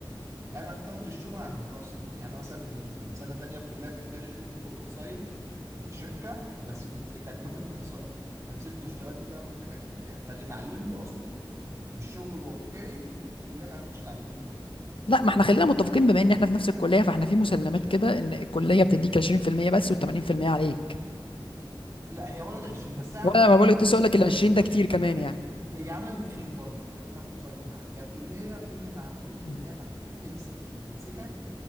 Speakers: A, on the right (about 35°); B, on the left (about 75°).
A: انا اخترت الشغل عن الدراسه يعني مثلا من من من سنه تانية كلها كان جالي شغل اون سايت في شركه بس كنت كجرافيك ديزاين فنزلت واشتغلت فيها والدنيا كانت جميله يعني فاللي اتعلمته اصلا من الشغل الواقعي الكليه ما عرفتش تعلمه لي والله
B: لا ما احنا خلينا متفقين بما ان احنا في نفس الكليه فاحنا في مسلمات كده ان الكليه بتديك 20% بس و80% عليك
A: لا هي ولد 20 بس هي عملت
B: وانا ما بقولك
A: عملت
B: لسه اقول لك
A: خير
B: ال 20 ده كتير كمان يعني
A: هي عملت خير برضه خليني اكون صريح معاك هي الكليه كل ما عملته
B: مهم.
A: ان هي فتحت لي السك- السكك